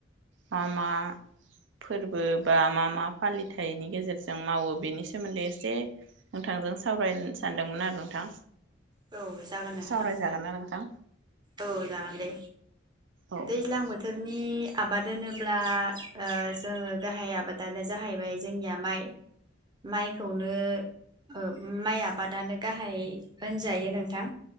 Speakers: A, on the right; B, on the right.
A: मा मा फोरबो बा मा मा फालिथाइनि गेजेरजों मावो बेनि सोमोन्दै एसे नोंथांजों सावरायनो सानदोंमोन आरो नोंथां।
B: औ जागोन नोंथां
A: सावरायजागोन ना नोंथां।
B: औ जागोन दे
A: औ
B: दैज्लां बोथोर। नि आबाद होनोब्ला आ जोङो गाहाय आबादानो जाहैबाय जोंनिया माइ। माइखौनो। उम माइ आबादानो गाहाइ होनजायो नोंथां।